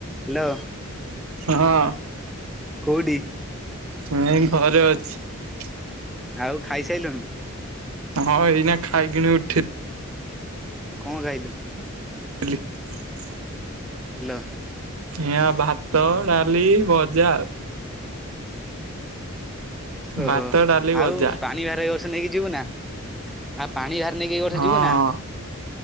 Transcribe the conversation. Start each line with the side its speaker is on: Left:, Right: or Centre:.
Centre: Hello
Right: ହଁ।
Centre: କୋଉଟି?
Right: ମୁଁ ଏଇ ଘରେ ଅଛି।
Centre: ଆଉ ଖାଇସାରିଲୁଣି?
Right: ହଁ ଏଇନା ଖାଇକିଣି ଉଠି
Centre: କଣ ଖାଇଲୁ?
Right: କିଲି <unintelligible>
Centre: ହାଲୋ।
Right: ଏ ଆ ଭାତ, ଡାଲି, ଭଜା ଆଉ।
Centre: ଓହୋ
Right: ଭାତ, ଡାଲି, ଭଜା।
Centre: ଆଉ ପାଣି ଭାର ଏଇ ବର୍ଷ ନେଇକି ଯିବୁ ନା ଆଉ ପାଣି ଭାର ନେଇକି ଏ ବର୍ଷ
Right: ହଁ
Centre: ଯିବୁନା?
Right: ହଁ